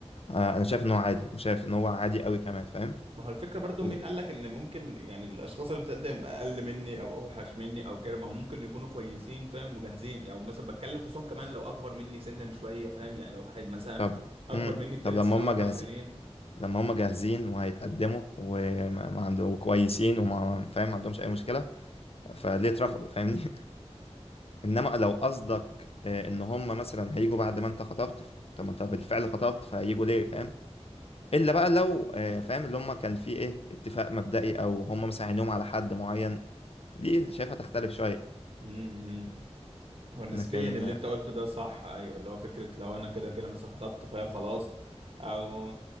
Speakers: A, on the left; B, on the right.
A: آه انا شايف ان هو عادي وشايف ان هو عادي قوي كمان فاهم
B: ما هو الفكرة برضو
A: و-
B: مين قال لك ان ممكن يعني الاشخاص اللي بتقدم اقل مني او اوحش مني او كده ما هم ممكن يكونوا كويسين فاهم وجاهزين او مثلا بتكلم خصوصا كمان لو اكبر مني سنا شوية فاهم يعني لو واحد مثلا
A: طب
B: اكبر
A: م.
B: مني بثلاث
A: طب لما
B: سنين
A: هم
B: او اربع
A: جاهزين
B: سنين
A: لما هم جاهزين وهيتقدموا وما ما عند- وكويسين وما فاهم ما عندهمش اي مشكله فليه اترفضوا فاهمني <laughs> انما لو قصدك آه، ان هم مثلا هيجوا بعد ما انت خطبت ف- طب ما انت بالفعل خطبت فهيجوا ليه فاهم الا بقى لو آه، فاهم اللي هم كان في ايه اتفاق مبدئي او هم مثلا عينيهم على حد معين دي شايفها تختلف شويه
B: امم هو نسبيا
A: لكن
B: اللي
A: آه،
B: انت قلته ده صح ايوه اللي هو فكره لو انا كده كده مثلا خطبت فهي خلاص او